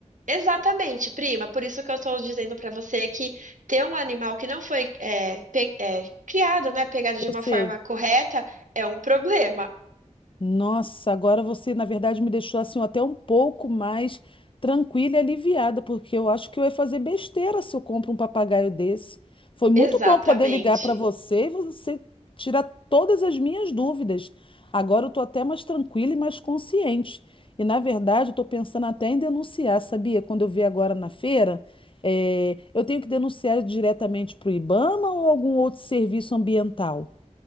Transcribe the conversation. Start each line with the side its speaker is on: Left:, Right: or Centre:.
Right: Exatamente, prima. Por isso que eu estou dizendo para você que ter um animal que não foi é, pe- é, criado, né, pegado de
Left: Eu
Right: uma
Left: sei.
Right: forma correta, é um problema.
Left: Nossa, agora você, na verdade, me deixou assim até um pouco mais tranquila e aliviada, porque eu acho que eu ia fazer besteira se eu compro um papagaio desse. Foi muito
Right: Exatamente.
Left: bom poder ligar para você e você tirar todas as minhas dúvidas. Agora eu tô até mais tranquila e mais consciente. E, na verdade, eu tô pensando até em denunciar, sabia? Quando eu vi agora na feira, eh, eu tenho que denunciar diretamente para o IBAMA ou algum outro serviço ambiental?